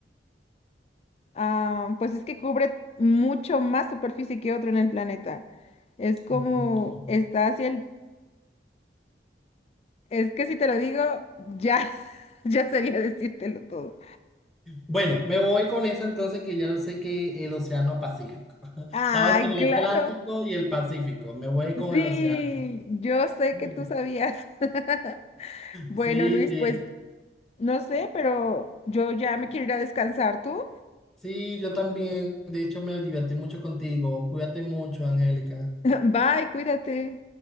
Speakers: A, on the left; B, in the centre.
A: ah, pues es que cubre mucho más superficie que otro en el planeta. Es como...
B: Ok.
A: Está hacia el... Es que si te lo digo, ya, <laughs> ya sería decírtelo todo.
B: Bueno, me voy con eso entonces que ya yo sé que el Océano Pacífico. <laughs>
A: Ay,
B: Estaba entre el
A: claro.
B: Atlántico y el Pacífico. Me voy con
A: Sí,
B: el Océano.
A: yo sé
B: <laughs>
A: que tú sabías. <laughs> Bueno,
B: Sí,
A: Luis,
B: de-
A: pues no sé, pero yo ya me quiero ir a descansar tú.
B: sí, yo también. De hecho, me divertí mucho contigo. Cuídate mucho, Angélica.
A: <laughs> Bye, cuídate.